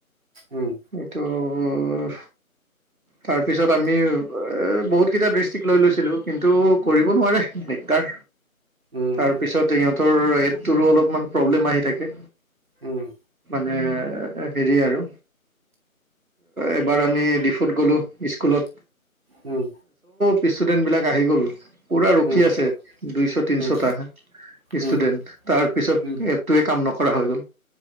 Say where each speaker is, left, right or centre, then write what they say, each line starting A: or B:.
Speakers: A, on the right; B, on the right.
A: উম
B: এইটো ওমহ তাৰ পিছত আমি এ বহুত কেইটা দৃষ্টিক লৈ লৈছিলো কিন্তু কৰিব নোৱাৰে দিগদাৰ
A: উম
B: তাৰপিছত সিহঁত টোৰ এ প তুৰো অলপমান প্ৰব্লেম আহি থাকে
A: উম
B: নে হেৰি আৰু এবাৰ আমি ডিফুত গলো ইচ স্কুলত
A: উম
B: পিছ ষ্টুডেণ্টবিলাক আহি গ'ল পুৰা ৰখি
A: উম
B: আছে দুইশ তিনিশটা
A: উম
B: ষ্টুডেণ্ট
A: উম
B: তাৰপিছত
A: উম
B: এপটোৱে কাম নকৰে কৰা হৈ গ'ল